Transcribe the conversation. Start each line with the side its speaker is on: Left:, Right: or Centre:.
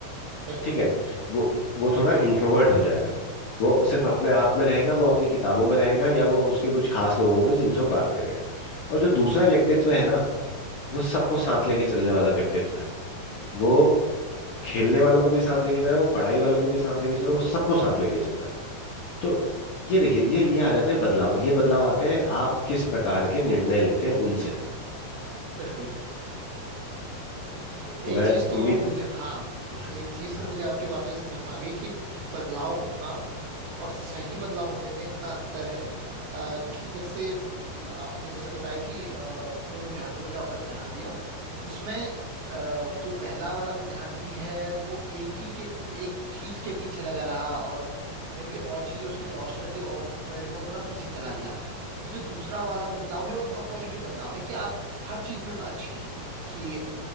Right: बिल्कुल
Left: ठीक है वो वो थोड़ा इंट्रोवर्ट हो जाएगा वो सिर्फ अपने आप में रहेगा वो अपनी किताबों में रहेगा या वो उसके कुछ खास लोग होंगे जिनसे वो बात करेगा और जो दूसरा व्यक्तित्व है ना वो सबको साथ लेके चलने वाला व्यक्तित्व है वो खेलने वालों को भी साथ लेके चल रहा है वो पढ़ाई वालों को भी साथ लेके चल रहा है वो सबको साथ लेके चल रहा है तो ये देखिए ये ये आ जाते हैं बदलाव ये बदलाव आते हैं आप किस प्रकार के निर्णय लेते हैं उनसे
Right: बिल्कुल एक
Left: तो मैं
Right: चीज
Left: उम्मीद
Right: तो मुझे हाँ
Left: हाँ,
Right: एक चीज
Left: हाँ,
Right: तो मुझे आपकी बातों से समझ में आ गई कि बदलाव होना और सही बदलाव होने में इतना अंतर है आ, कि जैसे आपने जैसे बताया कि अ, दो विद्यार्थियों को जो आपने उदाहरण दिया उसमें अ, जो पहला वाला विद्यार्थी है वो एक ही के एक चीज के पीछे लगा रहा और मे बी और चीजें उसने लॉस्ट कर दी और फील्ड में वो थोड़ा पीछे चला गया तो जो दूसरा वाला बदलाव है वो बहुत पॉजिटिव बदलाव है कि आप हर चीज में अच्छे हैं कि